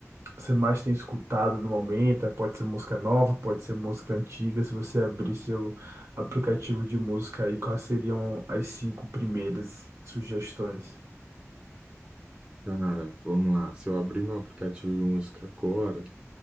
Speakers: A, on the right; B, on the right.
A: você mais tem escutado no momento? é, Pode ser música nova, pode ser música antiga. Se você abrir seu aplicativo de música aí, quais seriam as cinco primeiras sugestões?
B: Cara, vamos lá. Se eu abrir meu aplicativo de música agora,